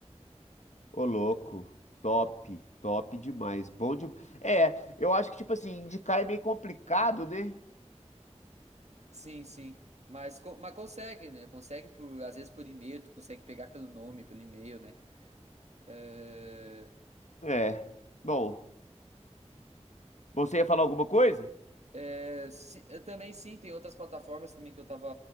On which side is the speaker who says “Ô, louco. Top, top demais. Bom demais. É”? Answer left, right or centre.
Left